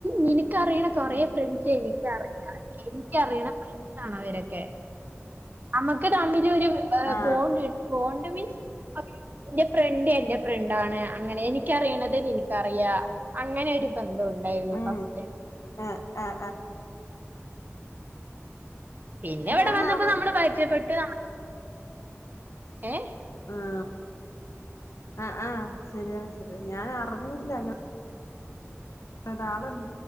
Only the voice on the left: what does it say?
ഉം
ആ
ഉം
ആ ആ
ഞാൻ
അറി
ആ ആ ആ ശരിയാണ് ശരി ഞാൻ അറിഞ്ഞില്ല അങ്ങനെ ഒരാള്